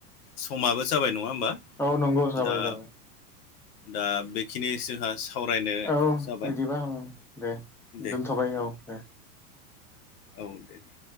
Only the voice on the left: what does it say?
समाबो जाबाय नङा होमबा?
दा
दा बैखिनि जोंहा सावरायनो
जाबाय।
दे
औ दे दे।